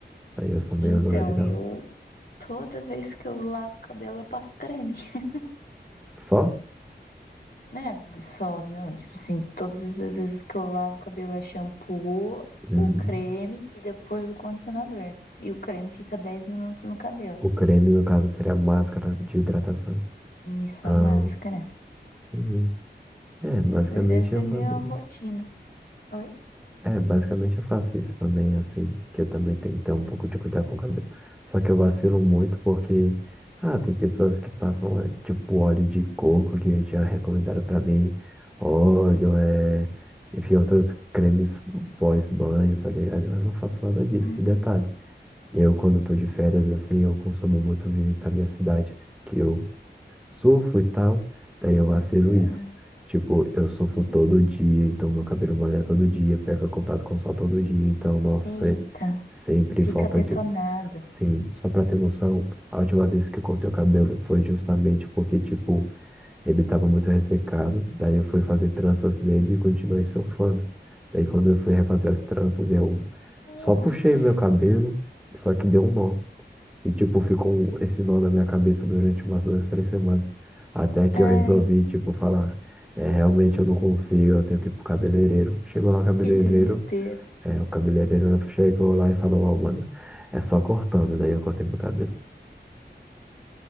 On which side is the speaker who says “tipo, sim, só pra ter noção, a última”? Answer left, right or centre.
Centre